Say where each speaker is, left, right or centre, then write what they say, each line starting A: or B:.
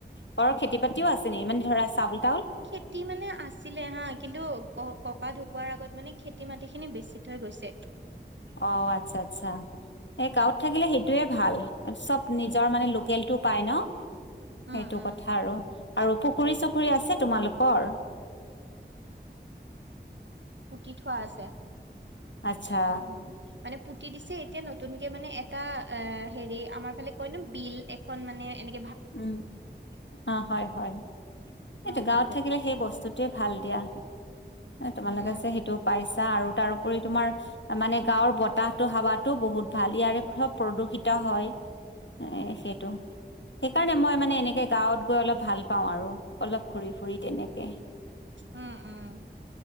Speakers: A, on the left (about 85°); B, on the right (about 85°).
A: বৰৰ খেতি পতিও আছে নি মানে ধৰা চাউল তাউল
B: খেতি মানে আছিলে হা কিন্তু ক ককা ঢুকোৱাৰ আগত মানে খেতি মাটি খিনি বেছি থৈ গৈছে।
A: অ', আচ্ছা, আচ্ছা এই গাঁৱত থাকিলে সেইটোয়ে ভাল চব নিজৰ মানে তেলটো পাই ন
B: উম,
A: সেইটো
B: উম।
A: কথা আৰু আৰু পুখুৰী চুখুৰী আছে তোমালোকৰ?
B: তি থোৱা আছে
A: আচ্ছা,
B: উম। মানে পুতি দিছে এতিয়া নতুনকে মানে এটা অ', হেৰি আমাৰ ফালে কয় ন বিল এখন মানে এনে
A: উম, অ', হয়, হয় সটো
B: অ',
A: গাঁৱত
B: অ',
A: থাকিলে সেই বস্তুটোৱে ভাল দিয়া তোমালোকে
B: উম।
A: যে সেইটো পাইছা আৰু তাৰোপৰি তোমাৰ মানে গাঁৱৰ বতাহতটো হাৱাতো বহুত ভাল ইয়াৰেব প্ৰদূষিত হয় এ সেইটো সেইকাৰণে মই মানে এনেকে গাঁৱত গৈ অলপ ভাল পাওঁ আৰু। অলপ ঘূৰি ফুৰি তেনেকে।
B: উম, উম,